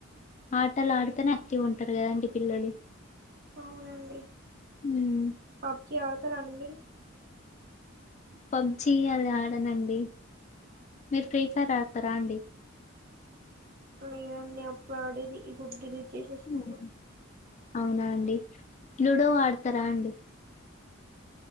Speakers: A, on the left; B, on the right.
A: ఆటలు ఆడితనే అక్టివ్ ఉంటరు కదాండి పిల్లలు
B: అవునండి
A: హ్మ్.
B: పబ్జి ఆడతారా అండి మీరు
A: పబ్జి అలా ఆడనండి మీరు ఫ్రీ ఫైర్ ఆడతారా అండి
B: లేదండి అప్పుడు ఆడేది ఇపుడు డిలీట్ చేసేసినండి
A: హ్మ్. అవునా అండి లూడో ఆడుతారా అండి